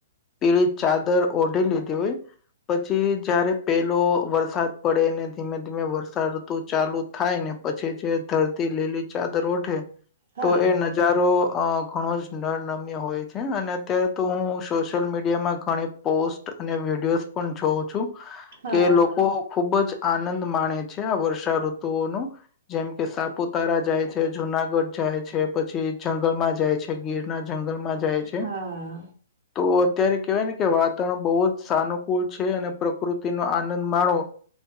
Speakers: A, on the left; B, on the right.
A: પીળી ચાદર ઓઢી લીધી હોય. પછી જયારે પેલો વરસાદ પડે ને ધીમે ધીમે વર્ષાઋતુ ચાલુ થાય ને પછી જે ધરતી લીલી ચાદર ઓઠે
B: હા
A: તો એ નજ જારો અ ઘણો જ નરનમ્ય હોય છે અને અત્યારે તો હું સોશિયલ મીડિયામાં ઘણી પોસ્ટ અને વિડીયોઝ પણ જોઉં છું
B: હા
A: કે લોકો ખુબ જ આનંદ માણે છે આ વર્ષાઋતુઓનો. જેમ કે સાપુતારા જાય છે, જુનાગઢ જાય છે, પછી જંગલમાં જાય છે. કે ગીરના જંગલમાં જાય છે
B: હા
A: તો અત્યારે કેવાય ને કે વાતાવરણ બહુ જ સાનુ કુલ છે અને પ્રકૃતિ નો આનંદ માણો